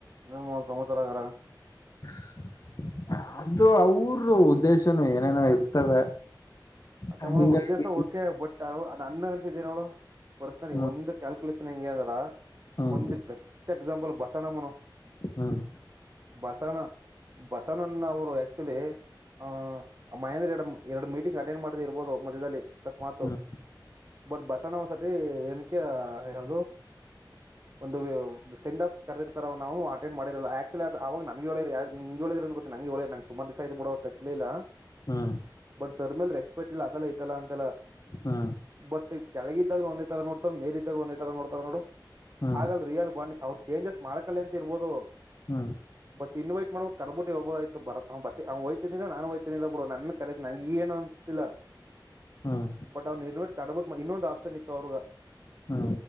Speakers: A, on the right; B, on the left.
A: ಇಲ್ಲ ತೊಂಬತ್ತಾರರ ಆಗ್ರ
B: <inaudible> ಅದು ಅವರು ಉದ್ದೇಶನು ಏನೇನೋ ಇರ್ತವೆ.
A: ಅಯಮ್ಮನ
B: ಹಂಗಾಗಿ
A: ಉದ್ದೇಶ ಓಕೆ ಬಟ್ ನನ್ನ ಅಣಸಿದ್ದೇ ಏನ್ ಹೇಳ್ ಬರಕ್ಕಲ್ಲಿ
B: ಹ್ಮ್
A: ಒಂದು ಕ್ಯಾಲ್ಕುಲೇಷನ್ ಹಂಗೆದಾರ
B: ಹ್ಮ್
A: ಒಂದು ಬೆಸ್ಟ್ ಟ್ ಎಕ್ಸಾಂಪಲ್ ಬಸಣ ಮೋ
B: ಹ್ಮ್
A: ಬಸಣ ಬಸವನನ್ ಅವರು ಆಕ್ಚುಲಿ ಆ ಮಹೇಂದ್ರ ಎರಡು ಎರಡು ಮೀಟಿಂಗ್ ಆ ಏನ್ ಮಾಡೇ ಇರ್ಬಹುದು ಮಧ್ಯದಲ್ಲಿ ಅಕಸ್ಮಾತ್ು
B: ಹ್ಮ್
A: ಬಟ್ ಬಸಣ ಒಂದಸತಿ ಏನ್ಕ ಯದು ಒಂದು ಸೆಂದಪ್ ಕರೆದರ್ತಾರ ನಾ ಅಟೆಂಡ್ ಮಾಡರಿಲ್ಲ ಆಕ್ಚ್ಯುಲ್ಲಿ ಅದು ಅವಾಗ ನಂ ಹೇಳಿಂ ಹ ಹೇಳಿ ನಂಗೆ ಹೇಳರೇ ಸುಮಾರ್ ದಿಸ್ ಆಯ್ತು ಬಿಡ <unintelligible>
B: ಹ್ಮ
A: ಬಟ್ ಸರ್ ಮೇಲ್ ರೆಸ್ಪೆಕ್ಟ್ ಇಲ್ಲ ಅದೆಲ್ಲ ಐತಲ್ಲ ಅಂತಲ್ಲ
B: ಹಾ
A: ಬಟ್ ಕೆಳಗಿದ್ದಾಗ ಒಂದ ತರ ನೋಡ್ತಾರ ಮೇಲಿದ್ದಾಗ ಒಂದೇ ತರ ನೋಡ್ತಾರ ನೋಡು
B: ಹ್ಮ್
A: ಹಾಗಲ್
B: ಹ್ಮ್
A: ರಿಯಲ್ ಬನ್ನಿ ಅವ್ರರು ಚೇಂಜಸ್ ಮಾಡ್ಕಲ್ಲ ಅಂತ ಇರ್ಬೋದು
B: ಹ್ಮ
A: ಬಟ್ ಇನ್ವೈಟ್ ಮಾಡಬಿು ಕರದಬಿಟ್ಟ ಹೇಳ್ಬೋದ ಆಯತ ಬರ ಬ ಅವ್ಯ್ತನಿಲ್ಲ ನುಯ್ತನಿಲ್ಲ ಬಿಡ ನನ್ನ ಕರೆ ನಂಗ ಏನ್ ಇಲ್ಲ
B: ಹ್ಮ್
A: ಬಟ್ ಅವ್ನ್ ಇಮೇಟ್ ಕಬ ಇನ್ನೊಂದು ಆಪ್ಷನ್ ಇತ್ತು ಅವ್ರಗ
B: ಹಾ